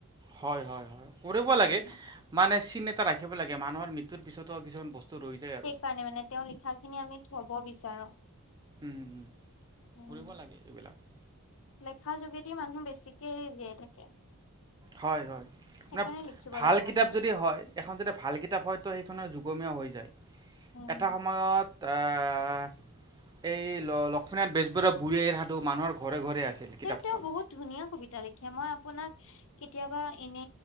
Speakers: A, on the right; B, on the left.
A: হয় হয় হয়। কৰিব
B: উম
A: লাগে মানে চিন এটা ৰাখিব লাগে মানুহৰ মৃত্যুৰ পিছতো কিছুমান বস্তু- ৰৈ যায়। আৰু
B: সেইকাৰণে মানে তেওঁৰ লিখা খিনি আমি থব বিচাৰো।
A: হম হম।
B: উম
A: কৰিব লাগে এইবিলাক।
B: লেখা যোগেদি মানুহ বেছিকে জীয়াই থাকে।
A: হয় হয়।
B: সেইকাৰণে
A: মানে
B: লিখিব
A: ভাল
B: লাগে
A: কিতাপ
B: মানুহে
A: যদি হয়- এখন যাতে ভাল কিতাপ হয় তো সেইখনৰ যুগমীয়া হৈ যায়।
B: উম
A: এটা সময়ত আহ'- এই ল লক্ষ্মীনাথ বেজবৰুৱাৰ বুঢ়ী আইৰ সাধু‌ মানুহৰ ঘৰে ঘৰে আছিল। কিতাপখন
B: কিন্তু তেওঁ বহুত ধুনীয়া কবিতা লিখে মই আপোনাক কেতিয়াবা এনে